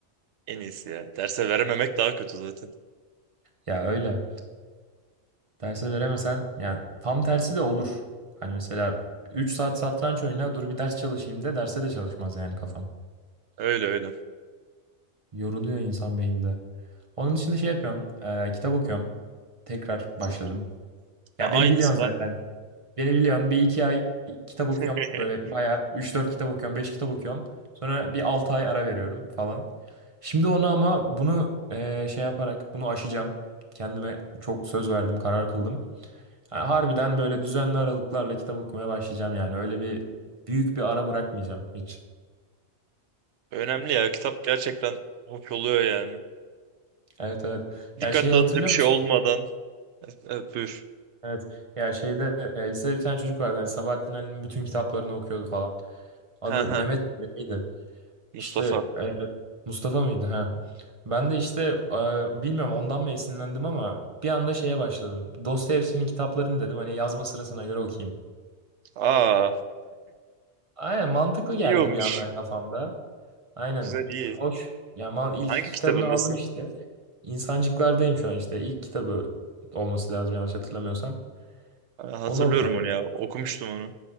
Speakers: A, on the right (about 80°); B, on the right (about 30°).
A: En iyisi ya. Derse verememek daha kötü zaten.
B: Ya öyle. Derse veremesen yani tam tersi de olur. Hani mesela 3 saat satranç oyna dur bir ders çalışayım de derse de çalışmaz yani kafan.
A: Öyle öyle.
B: Yoruluyor insan beyni de. Onun dışında şey yapıyorum. e, kitap okuyorum. Tekrar başladım.
A: Çok
B: Ya
A: ya aynısı
B: beni biliyorsun
A: ben.
B: zaten.
A: de.
B: Beni biliyorsun. Bir iki ay kitap okuyorum.
A: <laughs>
B: Böyle bayağı üç dört kitap okuyorum. beş kitap okuyorum. Sonra bir 6 ay ara veriyorum falan. Şimdi onu ama bunu e, şey yaparak bunu aşacağım. Kendime çok söz verdim. Karar kıldım. Ha, harbiden böyle düzenli aralıklarla kitap okumaya başlayacağım yani. Öyle bir büyük bir ara bırakmayacağım hiç.
A: Önemli ya kitap gerçekten hoş oluyor yani.
B: Evet evet.
A: Dikkat
B: Ya şeyi
A: dağıtıcı
B: hatırlıyor
A: bir şey
B: musun?
A: olmadan. Evet buyur.
B: Evet. Ya şeyde e, lisede bir tane çocuk vardı. Hani Sabahattin Ali'nin bütün kitaplarını okuyordu falan. Adı
A: Ha
B: Mehmet
A: ha
B: miydi?
A: Mustafa.
B: İşte e, Mustafa mıydı? Ha. Ben de işte e, bilmiyorum ondan mı esinlendim ama bir anda şeye başladım. Dostoyevski'nin kitaplarını dedim hani yazma sırasına göre okuyayım.
A: Aa
B: Aynen mantıklı geldi
A: iyi olmuş.
B: bir anda kafamda. Aynen.
A: Güzel iyi.
B: Hoş. Yani ma- ilk
A: Hangi
B: iki
A: kitabındasın?
B: kitabını aldım işte. İnsancıklardayım şu an işte. İlk kitabı olması lazım yanlış hatırlamıyorsam.
A: Ha, Hatırlıyorum
B: Onu okuyorum.
A: onu ya. Okumuştum onu.